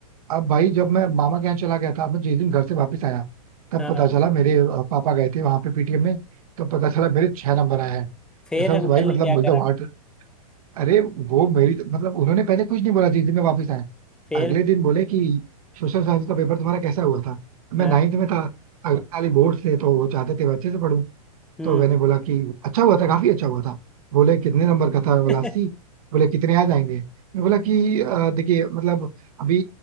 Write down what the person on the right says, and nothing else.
अब भाई जब मैं मामा के यहाँ चला गया था अब मैं जिस दिन घर से वापस आया तब
पता चला मेरे अ, पापा गए थे वहां पे पीटीएम में तो पता चला मेरे छह नंबर आए हैं
कसम
से भाई मतलब
मुझे
तो हार्ट अरे वो मेरी तो मतलब उन्होंने पहले कुछ नहीं बोला जिस दिन मैं वापस आया
अगले दिन बोले कि सोशल साइंस का पेपर तुम्हारा कैसा हुआ था मैं
नाइन्थ में था अगले साल ही बोर्ड से तो वो चाहते थे मैं अच्छे से पढूं
तो मैंने बोला कि अच्छा हुआ था काफी अच्छा हुआ था बोले कितने नंबर का था मैं बोला
अस्सी बोले कितने आ जाएंगे मैं बोला कि "अ, देखिए मतलब अभी